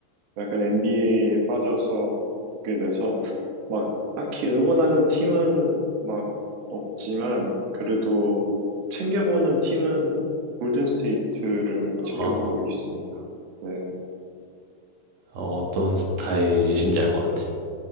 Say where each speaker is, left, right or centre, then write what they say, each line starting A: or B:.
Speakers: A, on the right; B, on the right.
A: 약간 NBA에 빠져서 오게 돼서 막 딱히 응원하는 팀은 막 없지만 그래도 챙겨보는 팀은 골든 스테이트를
B: 아,
A: 챙겨보고 있습니다. 네.
B: 어, 어떤 스타일이신지 알 것 같아요.